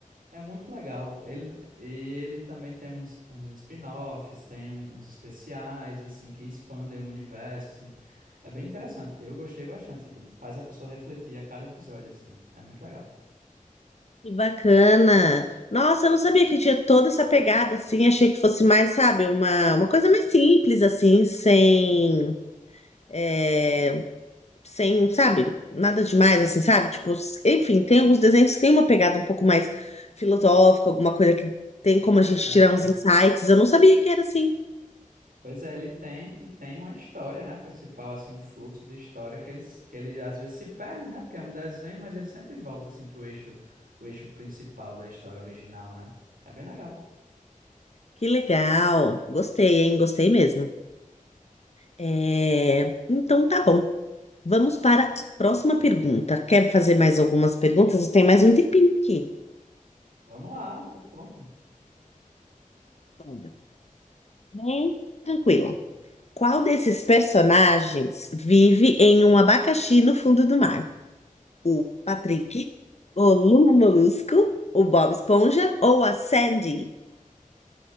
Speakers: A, on the right; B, on the left.
A: É muito legal. Ele, e ele também tem uns, uns spin-offs, tem um- uns especiais, assim, que expandem o universo, assim. É bem interessante. Eu gostei bastante, tipo, faz a pessoa refletir a cada episódio, assim. É muito legal.
B: Que bacana. Nossa, eu não sabia que tinha toda essa pegada assim. Achei que fosse mais, sabe, uma, uma coisa mais simples, assim, sem. eh, sem, sabe, nada demais, assim, sabe? Tipo, s- enfim, tem alguns desenhos que tem uma pegada um pouco mais filosófica, alguma coisa que tem como a gente
A: É.
B: tirar uns insights. Eu não sabia que era assim.
A: Pois é, ele tem, e tem uma história, né, principal, assim, um fluxo de história que ele, que ele às vezes se perde, né, porque é um desenho, mas ele sempre volta, assim, pro eixo, o eixo principal da história original, né? É bem legal.
B: Que legal. Gostei, hein? Gostei mesmo. É, Então tá bom. Vamos para a próxima pergunta. Quer fazer mais algumas perguntas? Tem mais um tempinho aqui.
A: Vamos lá, tô pronto.
B: Bora. Bem, tranquilo. Qual desses personagens vive em um abacaxi no fundo do mar? O Patrick, o Lula Molusco, o Bob Esponja ou a Sandy?